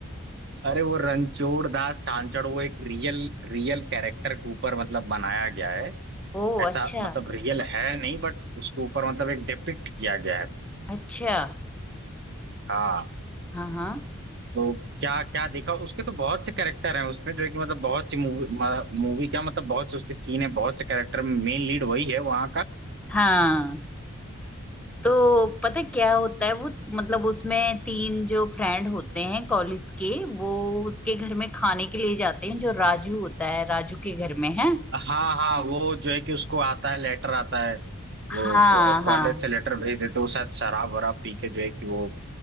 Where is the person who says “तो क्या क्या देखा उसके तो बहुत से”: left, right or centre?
Right